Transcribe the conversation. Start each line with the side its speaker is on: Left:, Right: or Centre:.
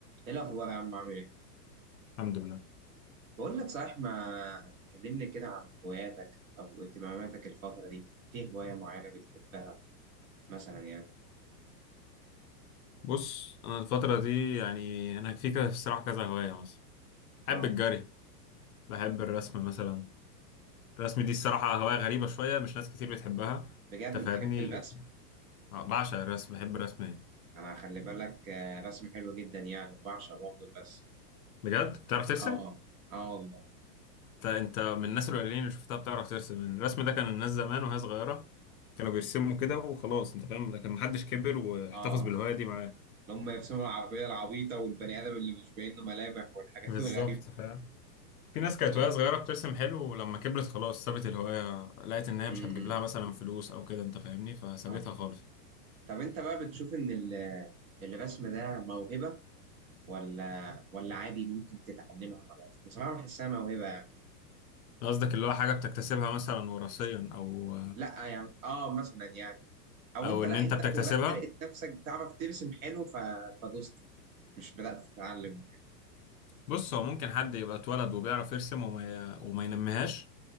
Right: ايه الاخبار يا عم عامل ايه
Left: الحمد لله
Right: بقول لك صحيح ما تكلمني كده عن هواياتك او اهتماماتك الفتره دي في هوايه معينه بتحبها مثلا يعني
Left: بص انا الفتره دي يعني انا في كده الصراحه كذا هوايه مثلا بحب
Right: اه
Left: الجري بحب الرسم مثلا الرسم دي الصراحه هوايه غريبه شويه مش ناس كتير بتحبها
Right: بجد
Left: انت فاهمني
Right: بتحب الرسم
Left: آه، بعشق الرسم بحب الرسم ايه
Right: انا خلي بالك آه، رسم حلو جدا يعني بعشق برضه الرسم
Left: بجد بتعرف ترسم
Right: اه اه والله
Left: انت انت من الناس القليلين اللي شفتها بتعرف ترسم الرسم ده كان الناس زمان وهي صغيره كانوا بيرسموا كده وخلاص انت فاهم لكن محدش كبر واحتفظ
Right: اه
Left: بالهوايه دي معاه
Right: لما يرسموا العربيه العبيطه والبني ادم اللي مش باين له ملامح والحاجات
Left: بالظبط
Right: <laughs> الغريبه
Left: فاهم في ناس كانت
Right: اه
Left: وهي صغيرة بترسم حلو ولما كبرت خلاص سابت الهواية لقيت إن هي
Right: امم
Left: مش هتجيب لها مثلا فلوس أو كده أنت فاهمني فسابتها
Right: اه
Left: خالص
Right: طب انت بقى بتشوف ان ال- الرسم ده موهبه ولا ولا عادي ممكن تتعلمها مع الوقت بصراحه بحسها موهبه
Left: قصدك اللي هو حاجة بتكتسبها مثلا وراثيا أو
Right: لا يعني اه مثلا يعني او
Left: أو
Right: انت
Left: إن
Right: لا
Left: أنت
Right: انت
Left: بتكتسبها
Right: اتولدت لقيت نفسك بتعرف ترسم حلو ف... فدوست مش بدات تتعلم وكده
Left: بص هو ممكن حد يبقى اتولد وبيعرف يرسم وما ي... وما ينميهاش